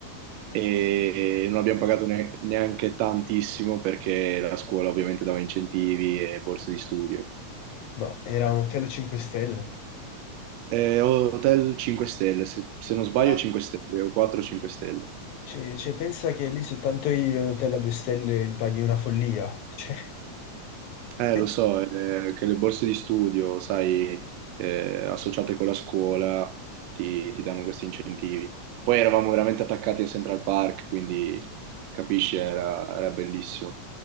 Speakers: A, on the right (about 80°); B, on the left (about 80°).
A: e non abbiamo pagato ne- neanche tantissimo perché la scuola ovviamente dava incentivi e borse di studio.
B: ma era un hotel a 5 stelle.
A: Eh, hotel 5 stelle, se, se non sbaglio
B: Ah,
A: 5 stelle o 4-5 stelle.
B: Cioè, cioè, pensa che lì soltanto gli hotel a 2 stelle li paghi una follia, cioè,
A: Eh,
B: <laughs>
A: lo so, eh, che le borse di studio, sai, eh, associate con la scuola, ti, ti danno questi incentivi. Poi eravamo veramente attaccati a Central Park, quindi capisci, era, era bellissimo.